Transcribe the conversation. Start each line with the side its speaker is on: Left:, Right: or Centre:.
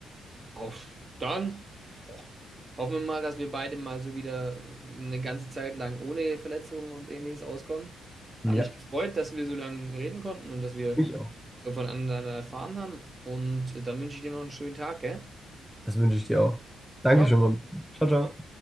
Right: Auf dann. Boah. Hoffen wir mal, dass wir beide mal so wieder äh, eine ganze Zeit lang ohne Verletzungen und ähnliches auskommen. Hat
Centre: Ja,
Right: mich gefreut, dass wir so lange reden konnten und dass wir
Centre: mich auch.
Right: so voneinander erfahren haben. Und äh, dann wünsche ich dir noch einen schönen Tag, gell?
Centre: Das wünsche ich dir auch. Danke
Right: Ciao.
Centre: schon mal. Ciao, ciao.